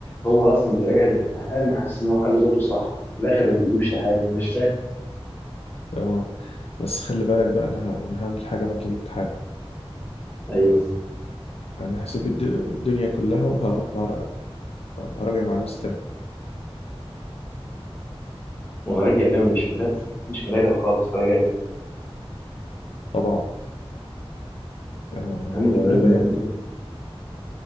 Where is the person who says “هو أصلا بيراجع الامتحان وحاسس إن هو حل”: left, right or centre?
Left